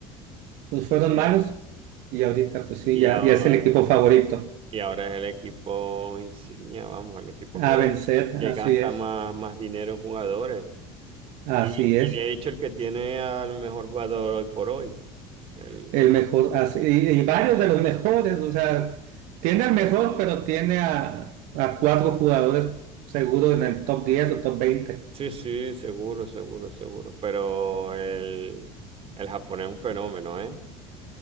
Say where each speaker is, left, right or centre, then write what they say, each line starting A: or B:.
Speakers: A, on the right (about 50°); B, on the right (about 35°).
A: pues
B: Sí.
A: fueron malos y ahorita pues sí,
B: Y
A: ya,
B: ahora,
A: ya es el equipo favorito.
B: y ahora es el equipo insignia, vamos, el equipo
A: A
B: que,
A: vencer,
B: que
A: así
B: gasta
A: es,
B: más, más dinero en jugadores.
A: así
B: Y, y
A: es.
B: de hecho el que tiene al mejor jugador hoy por hoy. El,
A: El mejor, así, y, y varios de los mejores, o sea, tiene el mejor, pero tiene a, a cuatro jugadores seguro en el top 10 o top veinte
B: sí, sí, seguro, seguro, seguro. Pero el, el japonés es un fenómeno, ¿eh?